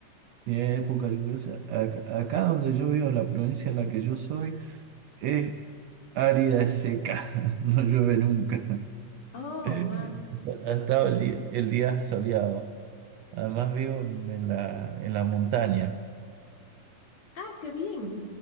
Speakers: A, on the right; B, on the left.
A: ¿Tiene época lluviosa? Acá, acá donde yo vivo, la provincia en la que yo soy, es árida, es seca. <laughs> No llueve nunca.
B: Oh,
A: <laughs>
B: wow.
A: Ha estado el día, el día soleado. Además vivo en, en la, en la montaña.
B: Ah, qué bien,